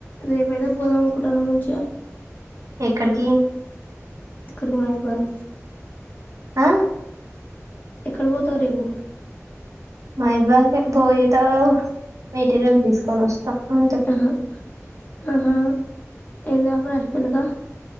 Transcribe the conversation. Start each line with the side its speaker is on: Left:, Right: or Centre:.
Left: రేపు ఏదో పోదం అనుకుంటానమ్ మంచిగ
Right: ఎక్కడికీ
Left: కడుకు నై బాదం
Right: ఆ
Left: ఎక్కడ పోతావ్ రేపు
Right: మైబాకే బోయతో మెటీరియల్ తీసుకొని వస్తా అంతే
Left: ఆహా ఆహా ఎంద ప్రశపులకా